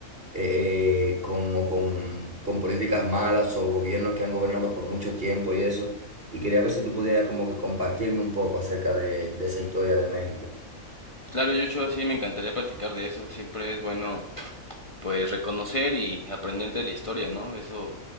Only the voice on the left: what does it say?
Claro, Joshua, sí, me encantaría platicar de eso. Siempre es bueno, pues, reconocer y aprender de la historia, ¿no? Eso